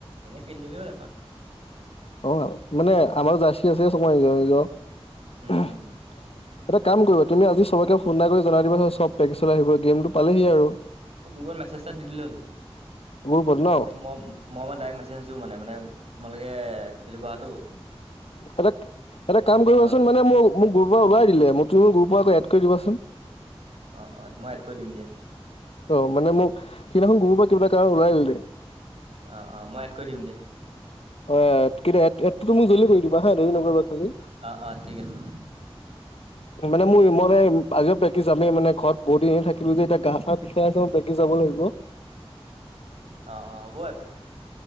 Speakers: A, on the right; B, on the left.
A: এনে, খেলিদিলে হ'ল এবাৰ
B: অ', মানে আমাৰো জাৰ্চী আছে ৰে নিজৰ-নিজৰ
A: উম
B: এটা
A: উম উম
B: কাম কৰিব তুমি আজি সবকে ফোনএটা কৰি জনাই দিবা সব প্ৰক্টিছলে আহিবলে গেমটো পালেহি আৰু
A: অ', গ্ৰুপত মেছেজ এটা দি দিলে হ'ল।
B: গ্ৰুপত ন
A: এতিয়া মই-মই মানে ডাইৰেক্ট মেছেজ নিদো মানে-মানে তোমালোকে খেলিব অহাটো
B: এটা-এটা কাম কৰিবাচোন
A: হ'ল
B: মানে মোক-মোক গ্ৰুপৰ পৰা ওলাই দিলে মোক তুমি মোৰ গ্ৰুপত আকৌ এড কৰিবাচোন।
A: অ অ মই এড
B: অ',
A: কৰি দিম দিয়া
B: মানে মোক সেইদিনাখন গ্ৰুপৰ পৰা কিবা এটা ওলাই দিলে।
A: অ', অ', মই এড কৰি দিম দিয়া
B: অ'! কিন্তু, এডটো তুমি জল্দি কৰি দিবা হা? দেৰি নকৰিবা। খালি
A: অ' অ'! ঠিক আছে।
B: মানে মোৰ, মানে আজিও প্ৰেক্টিছ যামেই। মানে, ঘৰত বহুত দিন থাকিলোঁ যে, এতিয়া গা-চা বিষাই আছে, মই প্ৰেক্টিছ যাব লাগিব। <unintelligible>
A: অ অ হ'ব একো নাই।